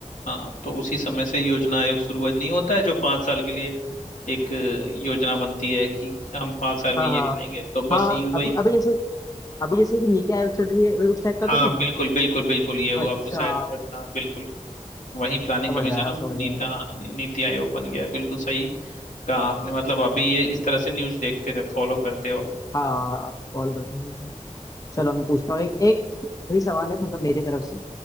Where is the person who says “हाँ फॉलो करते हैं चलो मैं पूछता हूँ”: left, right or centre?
Left